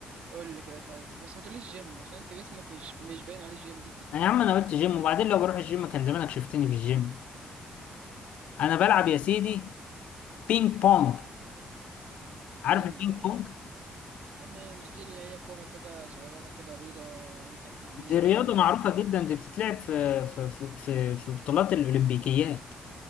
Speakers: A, on the right; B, on the left.
A: قول لي كده طيب بس ما تقوليش جيم عشان انت جسمك مش مش باين عليه جيم
B: يا عم انا قلت جيم وبعدين لو بروح الجيم كان زمانك شفتني في الجيم انا بلعب يا سيدي بينج بونج عارف
A: <laughs> بينج
B: البينج
A: بونج
B: بونج
A: يا عم مش دي اللي هي كورة كده صغيرة كده بيضة انت بترميها
B: دي رياضة
A: وهو
B: معروفة
A: بي...
B: جدا دي بتتلعب في في في في, في بطولات الأولمبيكيات